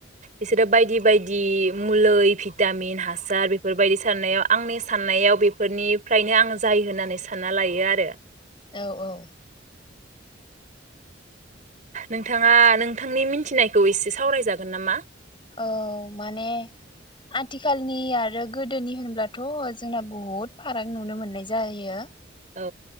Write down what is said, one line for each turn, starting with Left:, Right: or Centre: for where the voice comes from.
Right: बिसोरो बायदि बायदि मुलै भिटामिन हा सार बेफोरबायदि सारनायाव आंनि साननायाव बेफोरनिफ्रायनो आं जायो होननानै सानना लायो आरो।
Left: औ औ
Right: नोंथाङा नोंथांनि मिनथिनाय खौ एसे सावरायजागोन नामा?
Left: औ माने आथिखालनि आरो गोदोनि होनब्लाथ' जोंना बहुद फाराग नुनो मोननाय जायो।
Right: औ